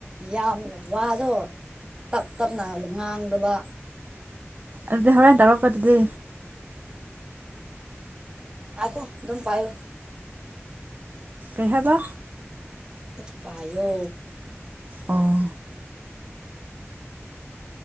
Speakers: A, on the right; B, on the right.
A: ꯌꯥꯝꯅ ꯋꯥꯗꯣ ꯇꯞ ꯇꯞ ꯉꯥꯡꯗꯕ
B: ꯑꯗꯨꯗꯤ ꯍꯣꯔꯦꯟ ꯇꯧꯔꯛꯄ ꯑꯗꯨꯗꯤ
A: ꯂꯀꯣ ꯑꯗꯨꯝ ꯄꯥꯏꯣ
B: ꯥꯏꯍꯕ
A: ꯇꯝ ꯄꯥꯏꯣ
B: ꯑꯣ